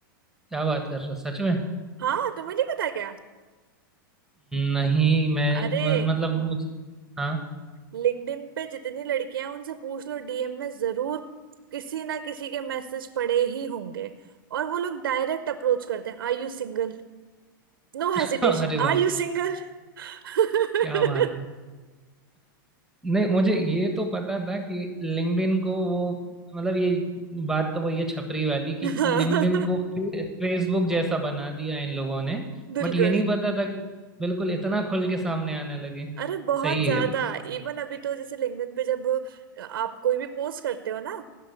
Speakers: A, in the centre; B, on the right.
A: क्या बात कर रहा सच में
B: हाँ तुम्हें नहीं पता क्या
A: नहीं मैं,
B: अरे
A: मैं मतलब मुझ हाँ
B: लिंक्डइन पे जितनी लड़कियां हैं, उनसे पूछ लो डीएम में जरूर किसी ना किसी के मैसेज पड़े ही होंगे और वो लोग डायरेक्ट अप्रोच करते हैं are you single No hesitation
A: <laughs> अरे वाह
B: are you single <laughs>
A: क्या बात है नहीं मुझे ये तो पता था कि लिंक्डइन को वो मतलब ये बात तो वही है छपरी वाली कि
B: हाँ
A: लिंक्डइन को फेसबुक जैसा बना दिया इन लोगों ने
B: बिल्कुल
A: बट ये नहीं पता था कि बिल्कुल इतना खुल के सामने आने लगे
B: अरे बहुत
A: सही
B: ज्यादा
A: है वो
B: इवन अभी तो जैसे लिंक्डइन पे जब आप कोई भी पोस्ट करते हो ना